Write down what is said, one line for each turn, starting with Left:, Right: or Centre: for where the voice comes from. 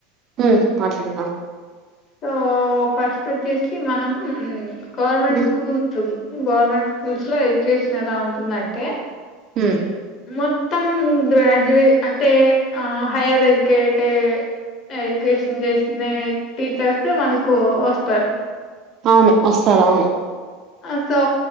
Right: ఉ మాట్లాడండి
Left: సో ఫస్ట్ వచ్చేసి మనం గవర్నమెంట్
Right: మ్మ్
Left: స్కూల్స్ గవర్నమెంట్ స్కూల్స్ లో ఎడ్యుకేషన్ ఎలా ఉంటుందంటే
Right: ఉ
Left: మొత్తం గ్రాడ్యుయే అంటే హైయర్ ఎడ్యుకేటెడ్ ఎడ్యుకేషన్ చేసిన టీచర్సే మనకు వస్తారు
Right: అవును వస్తారవును
Left: ఆ సో